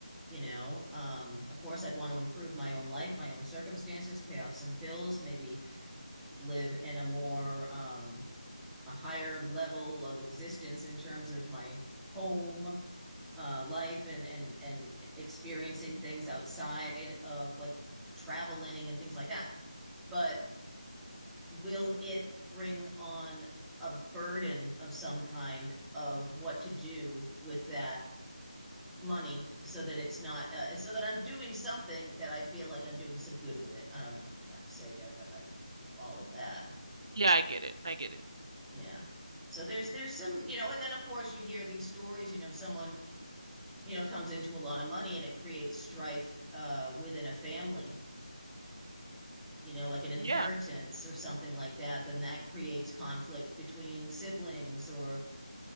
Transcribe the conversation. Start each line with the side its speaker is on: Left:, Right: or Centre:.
Centre: You know, um, of course, I'd want to improve my own life, my own circumstances, pay off some bills, maybe live in a more um, a higher level of existence in terms of my home uh, life and and and experiencing things outside of like traveling and things like that. But will it bring on a burden of some kind of what to do with that money so that it's not, uh, so that I'm doing something that I feel like I'm doing some good with it. I don't know what I'm trying to say there, but uh if you followed that,
Right: Yeah, I get it. I get it.
Centre: yeah. So there's there's some, you know, and then of course you hear these stories, you know, someone, you know, comes into a lot of money and it creates strife uh, within a family, you know, like an inheritance
Right: Yeah.
Centre: or something like that, then that creates conflict between siblings or,